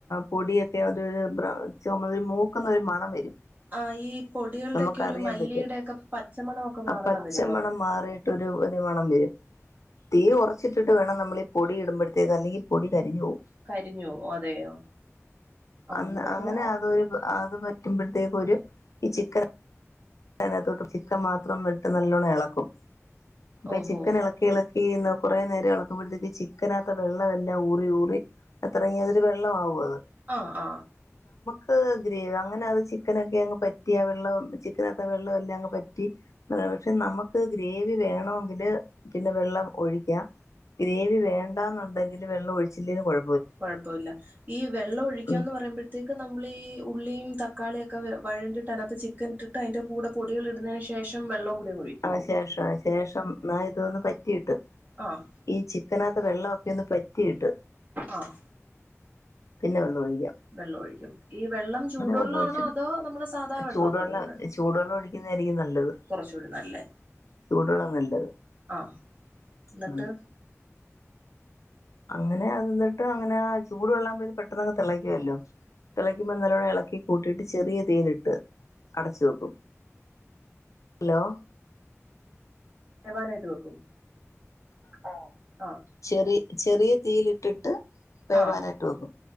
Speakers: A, on the left; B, on the right.
A: പൊടിയൊക്കെ ഒരു ബ്ര ചുമന്നരു മൂക്കുന്ന ഒരു മണം വരും
B: ആ ഈ പൊടികളുടെക്കെ
A: നമുക്കറിയാൻ
B: ഒരു മല്ലിയുടെക്കെ
A: പറ്റും
B: പച്ചമണൊക്കെ മാറുന്ന
A: ആ പച്ചമണം
B: വരുവോ
A: മാറിയിട്ടൊരു ഒരു മണം വരും തീ കുറച്ചിട്ടിട്ട് വേണം നമ്മളീ <unintelligible> പൊടി ഇടുമ്പോഴത്തേക്ക്‌ അല്ലെങ്കിൽ പൊടി കരിഞ്ഞ് പോവും
B: കരിഞ്ഞു പോവോ അതെയോ ആഹ്
A: അന്ന്
B: എന്നിട്ട്
A: അങ്ങനെ അതരു അത് പറ്റുമ്പോത്തേക്ക്‌ ഒരു ഈ ചിക്കൻ അനാത്തോട്ട് ചിക്കൻ മാത്രം വെച്ച് നല്ലോണം എളക്കും ഇപ്പ
B: ഓഹോ
A: ഈ ചിക്കൻ ഇളക്കി ഇള ഈന്ന കുറേ നേരം എളക്കുമ്പോഴത്തേക്ക് ചിക്കനകത്ത വെള്ളം എല്ലാം ഊറി ഊറി അത്രങ്ങി അതില് വെള്ളാവു അത്
B: അ ആ
A: ആ ഗ്രേവി അങ്ങനെ അത് ചിക്കനൊക്കെ അങ്ങ് പറ്റിയ ആ വെള്ളം ചിക് ചിക്കനകത്ത വെള്ള എല്ലാം അങ്ങ് പറ്റി <unintelligible> പക്ഷെ നമക്ക് ഗ്രേവി വേണോങ്കില് പിന്നെ വെള്ളം ഒഴിക്കാം ഗ്രേവി വേണ്ടാന്നുണ്ടെങ്കി അതില് വെള്ളം ഒഴിച്ചില്ലേലും കൊഴ
B: കുഴപ്പല്ല ഈ വെള്ളം ഒഴിക്കാന്ന്
A: ഉം
B: പറയുമ്പൊഴത്തേക്ക് നമ്മൾ ഈ ഉള്ളീം തക്കാളിയൊക്കെ വെ വഴണ്ടിട്ട് അ തിനകത്ത് ചിക്കൻ ഇട്ടിട്ട് അതിന്റെ കൂടെ പൊടികൾ ഇടുന്നേനു ശേഷം വെള്ളം കൂടി അങ്ങ് ഒഴിക്കുവോ
A: ആന് ശേഷ ശേഷം എന്നാ ഇതൊന്ന് പറ്റിട്ട്
B: ആഹ്
A: ഈ ചിക്കനത്ത വെള്ളോക്കെ ഒന്ന് പറ്റിട്ട്
B: ആഹ്
A: പിന്നെ വന്നു ഒഴി
B: വെള്ളം ഒഴിക്കും ഈ വെള്ളം ചൂടുവെള്ളം
A: വെള്ളം ഒഴിച്ചിട്ട്
B: ആണോ അതോ നമ്മള സാധാ വെള്ളാന്നോ
A: ചൂടുവെള്ളം
B: എടുക്കുന്നെ
A: ചൂടുവെള്ളം ഒഴിക്കുന്നതായിരിക്കും നല്ലത്
B: കുറച്ചുകൂടി നല്ലേ
A: ചൂടുവെള്ളം നല്ലത്
B: ആ ന്നിട്ട്
A: ഉം. അങ്ങനെ അത് ന്നിട്ട് അങ്ങനെ ആ ചൂട് വെള്ളാമ്പത് പെട്ടെന്ന് അങ്ങ് തെളയ്ക്കുല്ലോ തിളക്കുമ്പോ നല്ലോണം ഇളക്കി കൂട്ടിട്ട് ചെറിയ തീയിലിട്ട് അടച്ചു വെക്കും ലോ
B: വേവാനായിട്ട് വെക്കും ഓ ആ
A: ചെറി ചെറിയ തീയിലിട്ടിട്ട് വേവാനായിട്ട്
B: ആഹ്
A: വെക്കും